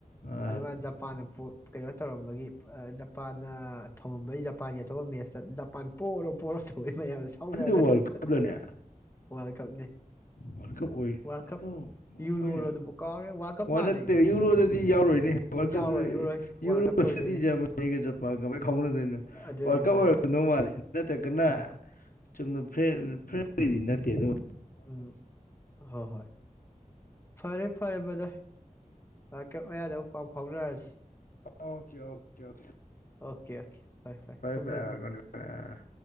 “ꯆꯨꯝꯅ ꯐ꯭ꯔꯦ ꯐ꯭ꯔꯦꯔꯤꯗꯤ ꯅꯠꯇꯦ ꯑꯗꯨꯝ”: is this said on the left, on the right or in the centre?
Left